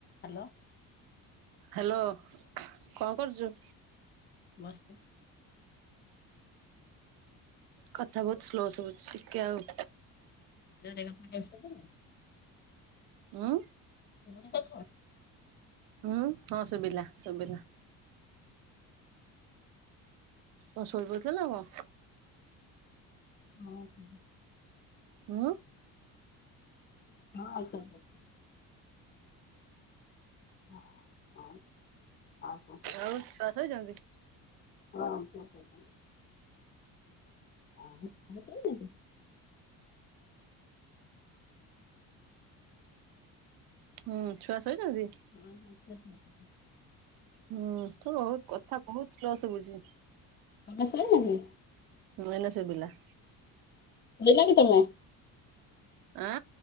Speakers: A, on the left; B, on the right.
A: Hello.
B: Hello କଁ କରୁଚୁ?
A: ବସତି
B: କଥା ବୋହୁତ ସ୍ଲୋ ଶଭୁଛି ଟିକେ ଆଉ
A: କାର୍ଯ୍ୟରେ କଣ ବ୍ୟସ୍ତ ଥିଲେ।
B: ଉଁ।
A: ଶୁଭୁନି ତମ୍
B: ହୁଁ ହଁ ଶୁବିଲା ଶୁବିଲା। ତମେ ଶୋଇ ପଡିଥିଲ ନା କଁ?
A: ହଁ <inaudible>
B: ହୁଁ।
A: ହଁ ଆଉ ଥରେ ପକା। ହୁଁ ଆଉ ଆଉ କଁ କୁଅ।
B: ଆଉ ଛୁଆ ଶୋଇଛନ୍ତି।
A: ହଁ ଛୁଆ ଶୋଇଛନ୍ତି। ଆଉ କାମ ସଇଲାଣି।
B: ହୁଁ ଛୁଆ ଶୋଇଚନ୍ତି।
A: ହଁ ଛୁଆ ଶୋଇଚନ୍ତି।
B: ହୁଁ ତୋ ବୋହୁତ କଥା ବୋହୁତ ସ୍ଲୋ ଶୁଭୁଚି।
A: କାମ ସଇଲାନି।
B: ହୁଁ ଏଇନେ ଶୁବିଲା।
A: ହେଇନା କି ତମେ।
B: ଆଁ